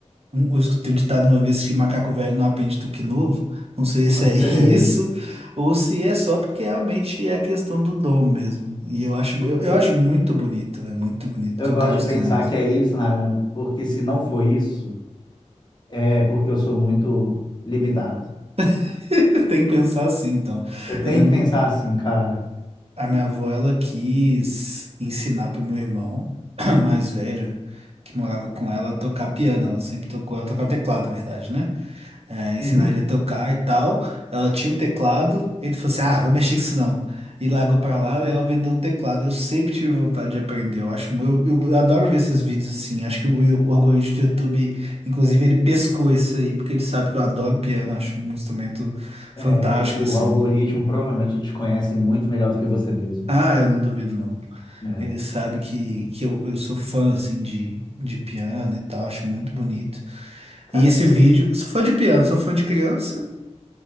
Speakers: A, on the right; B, on the left.
A: um- Eu escutei um ditado uma vez que macaco velho não aprende tuque novo. Não sei se
B: Pode
A: é
B: ser.
A: <laughs> isso ou se é só porque realmente é a questão do dom mesmo. E eu acho, eu, eu
B: Eu,
A: acho muito bonito, é muito bonito
B: eu
A: tocar
B: gosto
A: um
B: de
A: instrumento.
B: pensar que é isso, Nailan, porque se não for isso, é porque eu sou muito limitado.
A: <laughs> Tem que pensar assim, então.
B: Eu tenho
A: Eu lembro.
B: que pensar assim, cara.
A: A minha avó, ela quis ensinar pro meu irmão <clears throat> mais velho, que morava com ela, a tocar piano. Ela sempre tocou, ela tocava teclado, na verdade, né? É, ensinar
B: Uhum.
A: ele a tocar e tal. Ela tinha um teclado, ele falou assim, ah, vou mexer com isso não. E largou pra lá e ela vendeu o teclado. Eu sempre tive vontade de aprender. Eu acho, mu- eu, eu adoro ver esses vídeos assim. Acho que o, o algoritmo do YouTube, inclusive, ele pescou isso aí, porque ele sabe que eu adoro piano, acho um instrumento
B: É,
A: fantástico,
B: o
A: assim.
B: algoritmo provavelmente te conhece muito melhor do que você mesmo.
A: Ah, eu não duvido, não.
B: É.
A: Ele sabe que, que eu, eu sou fã, assim, de, de piano e tal, acho muito bonito.
B: Cara,
A: E esse vídeo, eu sou fã de piano, sou fã de criança.